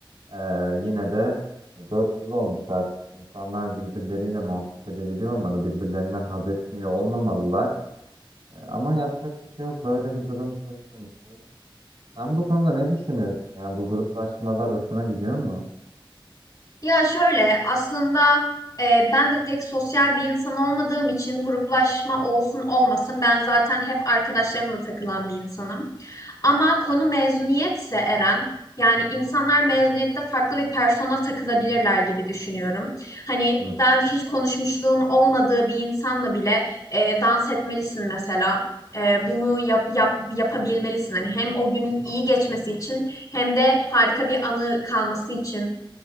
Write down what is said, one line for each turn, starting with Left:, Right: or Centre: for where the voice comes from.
Right: e, yine de dört yıl olmuş artık. İnsanlar birbirleriyle muhabbet edebiliyor olmalı, birbirlerinden haz etmiyor olmamalılar. E, ama yapacak bir şey yok, böyle bir durum söz konusu. Sen bu konuda ne düşünüyorsun? Yani bu gruplaşmalar hoşuna gidiyor mu?
Left: Ya şöyle aslında e, ben de pek sosyal bir insan olmadığım için gruplaşma olsun olmasın ben zaten hep arkadaşlarımla takılan bir insanım. Ama konu mezuniyetse Eren yani insanlar mezuniyette farklı bir persona takılabilirler gibi düşünüyorum. Hani
Right: Hı.
Left: daha önce hiç konuşmuşluğun olmadığı bir insanla bile e, dans etmelisin mesela. E, bunu yap, yap, yapabilmelisin. Hani hem o günün iyi geçmesi için hem de harika bir anı kalması için.